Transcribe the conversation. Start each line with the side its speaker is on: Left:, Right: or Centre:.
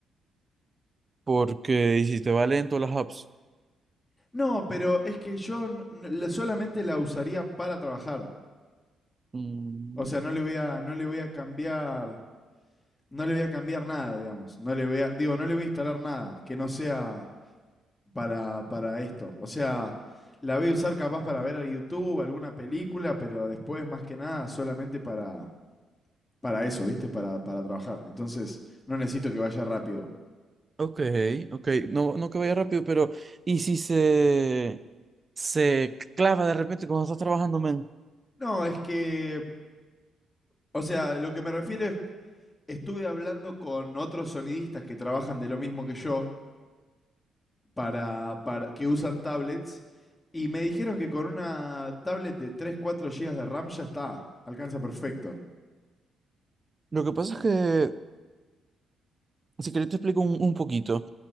Right: Porque hiciste va lento las apps.
Left: No, pero es que yo solamente la usaría para trabajar.
Right: Mm,
Left: O sea, no le voy a, no le voy a cambiar, no le voy a cambiar nada, digamos. No le voy a, digo, no le voy a instalar nada que no sea para, para esto. O sea, la voy a usar capaz para ver a YouTube, alguna película, pero después más que nada solamente para, para eso, ¿viste? Para, para trabajar. Entonces, no necesito que vaya rápido.
Right: ok, ok. No, no que vaya rápido, pero. ¿Y si se, se clava de repente cuando estás trabajando, men?
Left: No, es que, o sea, lo que me refiero es, estuve hablando con otros sonidistas que trabajan de lo mismo que yo. para, para que usan tablets y me dijeron que con una tablet de 3 4 gigas de RAM ya está, alcanza perfecto.
Right: Lo que pasa es que. Si querés te explico un, un poquito.